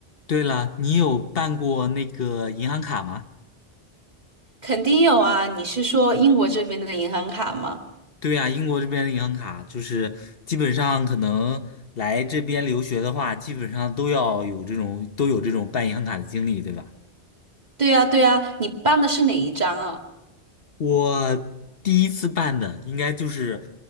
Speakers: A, on the left; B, on the right.
A: 对了，你有办过那个银行卡吗？
B: 肯定有啊，你是说英国这边的银行卡吗？
A: 对呀，英国这边的银行卡就是基本上可能来这边留学的话，基本上都要有这种都有这种办银行卡的经历，对吧？
B: 对呀，对呀，你办的是哪一张啊？
A: 我第一次办的应该就是